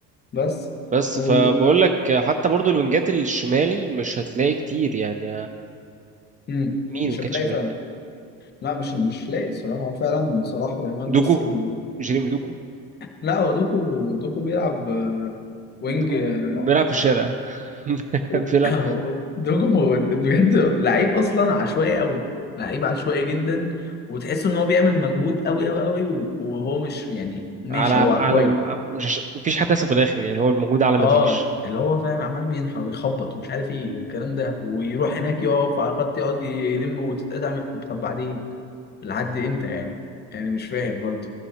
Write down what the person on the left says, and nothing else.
بس
و...
مم.
مش
هتلاقي
فعلا لا مش مش لاقي الصراحه هو فعلا صلاح ويامال
بس اللي موجود
لا هو دوكو دوكو بيلعب آه، وينج
آه،
<clears throat> و-
<laughs> دوكو هو بجد لعيب اصلا عشوائي قوي لعيب عشوائي جدا وتحس ان هو بيعمل مجهود قوي قوي قوي وهو مش يعني ماشي
هو
كويس
اه اللي هو فاهم عمال بينحر ويخبط ومش عارف ايه والكلام ده ويروح هناك يقف على الخط يقعد يلم وتتقطع من- طب بعدين لحد امتى يعني يعني مش فاهم برضه